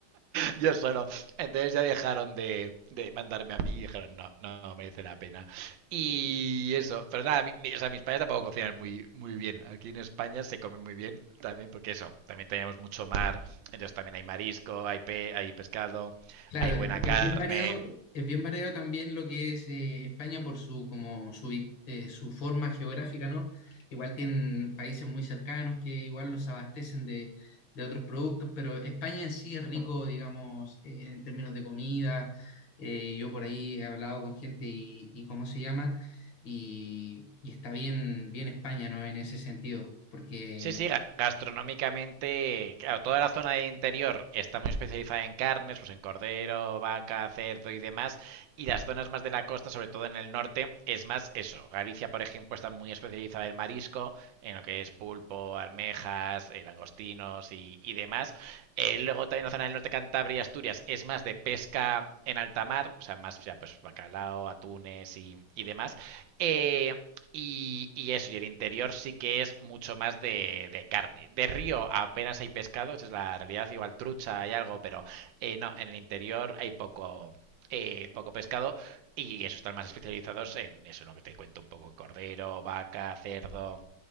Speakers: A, on the right; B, on the left.
A: yo solo. Entonces ya dejaron de, de mandarme a mí y dijeron, no, no, no merece la pena. Y eso, pero nada, mi- mi- o sea, mis padres tampoco cocinan muy, muy bien. Aquí en España se come muy bien también, porque eso, también tenemos mucho mar, entonces también hay marisco, hay, pe hay pescado,
B: Claro,
A: hay
B: es,
A: buena
B: es
A: carne.
B: bien variado, es bien variado también lo que es eh, España por su como su, vi- eh, su forma geográfica, ¿no? Igual tienen países muy cercanos que igual los abastecen de, de otros productos, pero España en sí es rico, digamos, eh, en términos de comida. Eh, yo por ahí he hablado con gente y, y cómo se llama, y, y está bien, bien España, ¿no? En ese sentido, porque
A: Sí, sí, ga- gastronómicamente, claro, toda la zona de interior está muy especializada en carnes, pues en cordero, vaca, cerdo y demás, y las zonas más de la costa, sobre todo en el norte, es más eso. Galicia, por ejemplo, está muy especializada en marisco, en lo que es pulpo, almejas, eh, langostinos y, y demás. Eh, luego también la zona del norte, Cantabria y Asturias, es más de pesca en alta mar, o sea, más ya pues bacalao, atunes y, y demás. Eh, y, y, eso, y el interior sí que es mucho más de, de, carne. De río apenas hay pescado, esa es la realidad, igual trucha hay algo, pero eh, no, en el interior hay poco, eh, poco pescado y eso están más especializados en eso, en lo que te cuento un poco, cordero, vaca, cerdo,